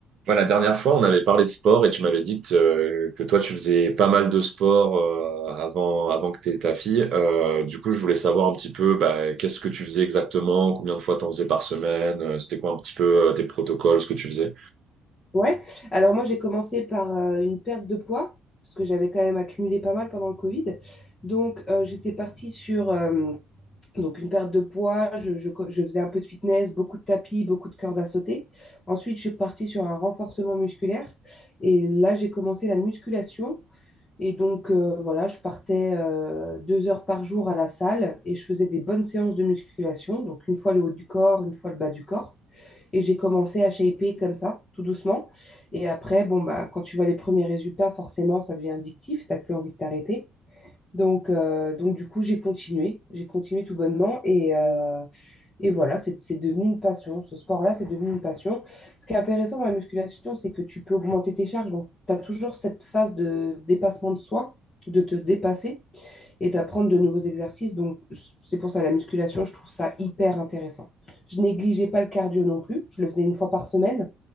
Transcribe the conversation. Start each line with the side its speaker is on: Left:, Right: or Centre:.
Right: Ouais, la dernière fois, on avait parlé de sport et tu m'avais dit que, euh, que toi, tu faisais pas mal de sport euh, avant, avant que tu aies ta fille. Euh, du coup, je voulais savoir un petit peu bah, qu'est-ce que tu faisais exactement, combien de fois tu en faisais par semaine, euh, c'était quoi un petit peu euh, tes protocoles, ce que tu faisais.
Left: Ouais. Alors moi, j'ai commencé par euh, une perte de poids, parce que j'avais quand même accumulé pas mal pendant le Covid. Donc, euh, j'étais partie sur euh, donc une perte de poids. Je, je co- je faisais un peu de fitness, beaucoup de tapis, beaucoup de cordes à sauter. Ensuite, je suis partie sur un renforcement musculaire. Et là, j'ai commencé la musculation. Et donc, euh, voilà, je partais euh, deux heures par jour à la salle et je faisais des bonnes séances de musculation. Donc, une fois le haut du corps, une fois le bas du corps. Et j'ai commencé à shaper comme ça, tout doucement. Et après, bon, bah, quand tu vois les premiers résultats, forcément, ça devient addictif, t'as plus envie de t'arrêter. Donc, euh, donc du coup, j'ai continué, j'ai continué tout bonnement et, euh, et voilà, c'est c'est devenu une passion. Ce sport-là, c'est devenu une passion. Ce qui est intéressant dans la musculation, c'est que tu peux augmenter tes charges. Donc, tu as toujours cette phase de dépassement de soi, de te dépasser et d'apprendre de nouveaux exercices. Donc, c'est pour ça la musculation, je trouve ça hyper intéressant. Je négligeais pas le cardio non plus, je le faisais une fois par semaine,